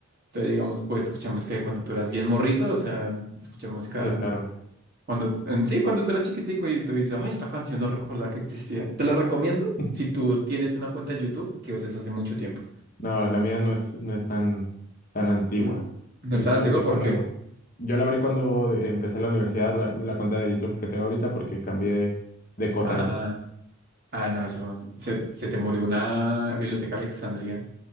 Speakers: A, on the right; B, on the left.
A: Entonces, digamos, puedes escuchar música de cuando tú eras bien morrito, o sea, escuchar música.
B: Sí, claro.
A: Cuando, en sí, cuando tú eras chiquitico y tú dices, ay, esta canción no recordaba que existía. Te la recomiendo
B: <laughs>
A: si tú tienes una cuenta de YouTube que uses hace mucho tiempo.
B: No, la mía no es, no es tan, tan antigua.
A: N- No
B: Eh,
A: está
B: Yo
A: antigua,
B: la abrí
A: ¿por
B: cuando,
A: qué?
B: yo la abrí cuando empecé la universidad, la, la cuenta de YouTube que tengo ahorita, porque cambié de correo.
A: Ah, ah, no, eso se, se te murió una biblioteca Alexandria.